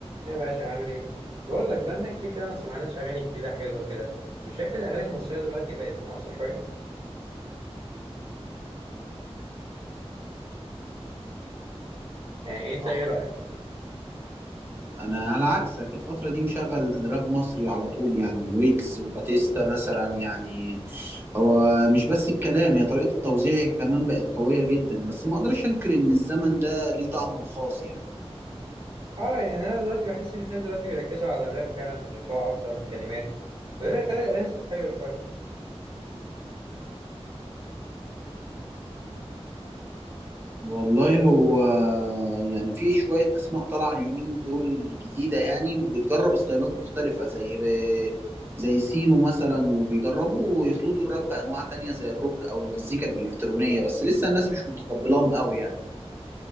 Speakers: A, on the right; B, on the right.
A: ايه يا باشا عامل ايه؟ بقول لك بقالنا كتير كده ما سمعناش اغاني جديده حلوه كده مش شايف ان الاغاني المصريه دلوقتي بقت ناقصه شويه يعني انت
B: صراحة
A: ايه رايك
B: أنا على عكسك الفترة دي مشغل راب مصري على طول يعني ويجز وباتيستا مثلا يعني هو مش بس الكلام هي طريقة التوزيع كمان بقت قوية جدا بس ما أقدرش أنكر إن الزمن ده ليه طعمه الخاص يعني
A: اه يعني انا دلوقتي بحس ان في ناس دلوقتي بيركزوا على الراب فعلا والايقاع اكتر من الكلمات وده اللي بيخلي الاغاني سطحيه شويه
B: والله هو يعني في شوية أسماء طالعة اليومين دول جديدة يعني وبتجرب ستايلات مختلفة زي زي سينو مثلا وبيجربوا يخلطوا الراب بأنواع تانية زي الروك أو المزيكا الإلكترونية بس لسه الناس مش متقبلاهم قوي يعني